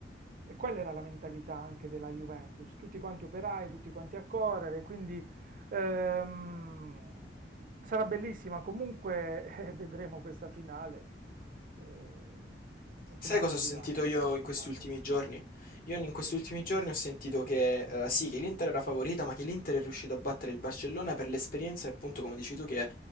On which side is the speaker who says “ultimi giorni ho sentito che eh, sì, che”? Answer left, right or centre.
Left